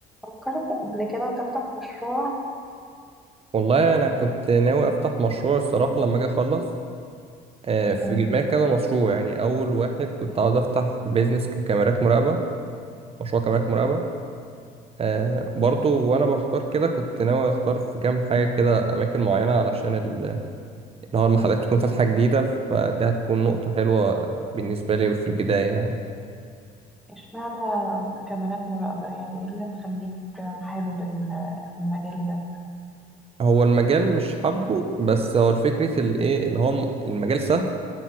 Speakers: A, in the centre; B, on the right.
A: فكرت قبل كده تفتح مشروع
B: والله انا كنت ناوي افتح مشروع الصراحه لما اجي اخلص آه، في
A: مم.
B: دماغي كذا مشروع يعني اول واحد كنت عاوز افتح بيزنس ككاميرات مراقبه مشروع كاميرات مراقبه آه، برضو وانا بختار كده كنت ناوي اختار في كام حاجه كده اماكن معينه علشان ال- اللي هو المحلات تكون فاتحه جديده فدي هتكون نقطه حلوه بالنسبه لي في البدايه يعني
A: اشمعنى كاميرات مراقبة يعني ايه اللي مخليك حابب ال- المجال ده
B: هو المجال مش حابه بس هو الفكرة الايه اللي هو المجال سهل